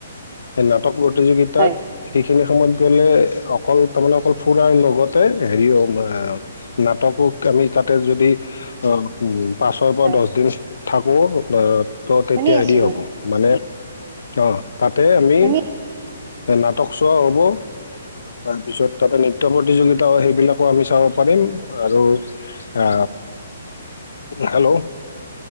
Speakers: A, on the left (about 80°); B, on the right (about 35°).
A: সেই নাটক প্ৰতিযোগিতাত
B: হয়
A: সেইখিনি সময়ত গ'লে অকল তাৰমানে অকল ফুৰাৰ লগতে হেৰি অ নাটকক আমি তাতে যদি আহ পাঁচৰ পৰা
B: হয়
A: দহ দিন থাকো ত' তেতিয়া
B: শুনি আছো
A: হেৰি হ'ব
B: মই
A: মানে আহ তাতে আমি
B: শুনি
A: নাটক চোৱা হ'ব তাৰপিছত তাতে নৃত্য প্ৰতিযোগিতা হয় সেইবিলাকো আমি চাব পাৰিম আৰু হা হেল্ল'।